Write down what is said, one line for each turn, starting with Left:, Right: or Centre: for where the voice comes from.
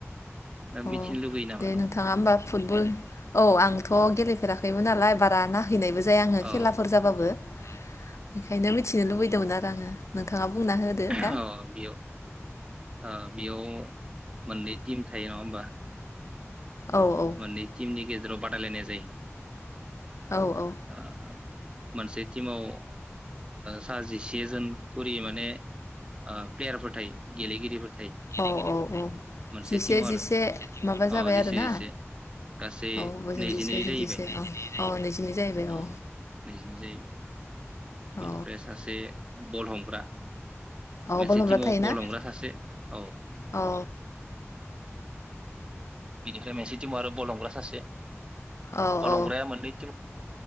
Right: दा
Left: अ
Right: मिथिनो लुगैयो नामा
Left: दे
Right: नों
Left: नोंथाङा होमबा फुटबल औ आंथ' <unintelligible> फेराखैमोन नालाय बारा <unintelligible> बैनायबो जाया आङो
Right: औ
Left: खेलाफोर जाबाबो बेखायनो मिथिनो लुबैदोंमोन आरो आङो नोंथाङा बुंना होदो
Right: अ
Left: दा
Right: बेयाव ओ बेयाव मोननै टिम थायो नङा होमबा?
Left: औ औ
Right: मोनानै टिमनि गेजेराव बादायलायनाय जायो
Left: औ औ
Right: ओ मोनसे टिमाव सा जिसे जोन खरि माने प्लेयारफोर थायो गेलेगिरिफोर थायो
Left: औ औ औ
Right: मोनसे
Left: जिसे
Right: टिमाव आरो
Left: जिसे माबा
Right: अ
Left: जाबाय
Right: जिसे
Left: आरोना?
Right: जिसे गासै
Left: औ बोजों
Right: नैजिनै
Left: जिसे ओजों
Right: जाहैबाय
Left: जिसे औ जाहैबाय
Right: ओम
Left: औ
Right: नैजिनो जाहैबाय बिनिफ्राय
Left: औ
Right: सासे बल हमग्रा
Left: औ
Right: मोनसे
Left: बल हमग्रा
Right: टिमाव
Left: थायोना
Right: गल हमग्रा सासे औ <inaudible>
Left: औ
Right: बिनिफ्राय मोनसे दङ आरो बल हमग्रा सासे
Left: औ
Right: बल
Left: औ
Right: हमग्राया मोननै ति